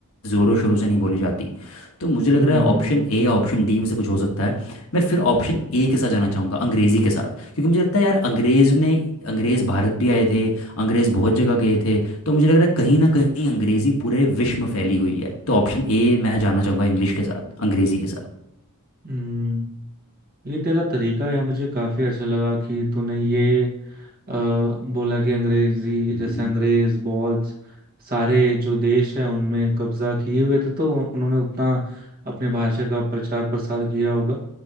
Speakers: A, on the left; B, on the right.
A: ज़ोरों शोरों से नहीं बोली जाती तो मुझे लग
B: हम्म,
A: रहा है ऑप्शन ए या ऑप्शन डी में से कुछ हो सकता है मैं फिर ऑप्शन ए के साथ जाना चाहूँगा अंग्रेज़ी के साथ क्योंकि मुझे लगता है यार अंग्रेज़ ने अंग्रेज़ भारत भी आए थे अंग्रेज़ बहुत जगह गए थे तो मुझे लग रहा है कहीं ना कहीं अंग्रेज़ी पूरे विश्व में फैली हुई है तो ऑप्शन ए मैं जाना चाहूँगा इंग्लिश के साथ अंग्रेज़ी के साथ
B: हम्म। ये तेरा तरीका है मुझे काफी अच्छा लगा कि तूने ये अ, बोला कि अंग्रेजी
A: हम्म।
B: जैसे अंग्रेज बहुत सारे जो देश हैं उनमें कब्जा किए हुए थे तो उन्होंने उतना अपने भाषा का प्रचार प्रसार किया होगा